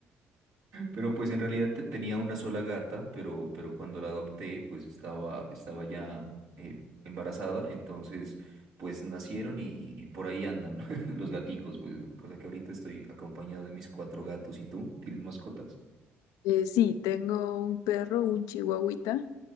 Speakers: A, on the right; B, on the left.
A: Pero pues en realidad te- tenía una sola gata, pero, pero cuando la adopté pues estaba, estaba ya eh, embarazada, entonces pues nacieron y, y- y por ahí andan <laughs> los gaticos, pues cosa que ahorita estoy acompañado de mis cuatro gatos. ¿Y tú? ¿Tienes mascotas? <laughs>
B: Eh, sí, tengo un perro, un chihuahuita,